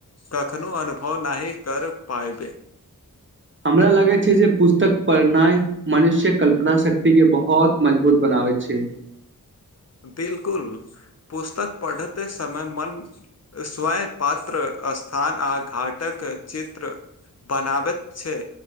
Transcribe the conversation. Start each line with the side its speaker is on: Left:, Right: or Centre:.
Left: कखनो अनुभव नहि कर पायबै।
Right: हमरा लगै छै जे पुस्तक पढ़नाइ मनुष्य कल्पना शक्तिके बहुत मजबूत बनाबै छै।
Left: बिलकुल पुस्तक पढ़ैत समय मन स्वयं पात्र स्थान आ घाटक चित्र बनाबैत छै